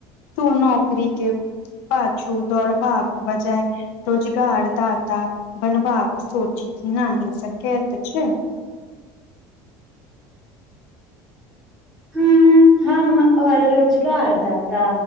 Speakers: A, on the left; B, in the centre.
A: तू नौकरी के पछू दौड़बाक बजाय रोजगार दाता बनबाका सोची ना ही सकैत छै
B: हँ हम और रोजगार दाता